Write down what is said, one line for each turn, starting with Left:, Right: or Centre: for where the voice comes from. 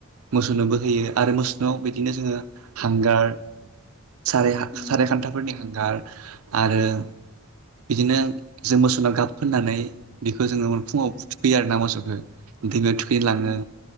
Right: मोसौनोबो होयो आरो मोसौनाव बिदिनो जोङो हांगार साराय हा
Centre: उम
Right: साराय खान्थाफोरनि हांगार आरो बिदिनो जों मोसौनो गाब फोननानै बेखौ खौ जोङो फुङाव
Centre: उम
Right: फु थुखैयो आरो ना मोसौखौ। <unintelligible> खैलाङो
Centre: उम